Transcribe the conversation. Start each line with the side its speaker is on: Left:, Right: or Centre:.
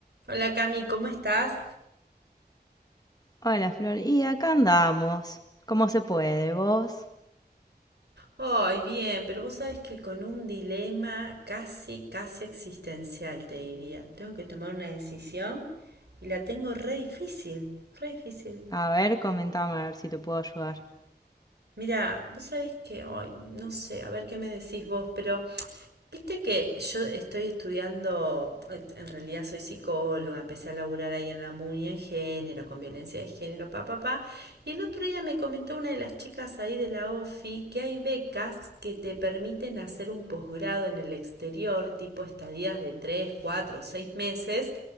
Right: Hola Cami, ¿cómo estás?
Left: Hola Flor, y acá andamos. ¿Cómo se puede vos?
Right: Ay, bien, pero vos sabés que con un dilema casi, casi existencial, te diría. Tengo que tomar una decisión y la tengo re difícil, re difícil.
Left: A ver, comentame a ver si te puedo ayudar.
Right: Mira, vos sabés que, ay, no sé, a ver qué me decís vos, pero Viste que yo estoy estudiando, en realidad soy psicóloga, empecé a laburar ahí en la MUNI en género, con violencia de género, pa, pa, pa. Y el otro día me comentó una de las chicas ahí de la OFI que hay becas que te permiten hacer un posgrado en el exterior, tipo estadías de 3 4 6 meses,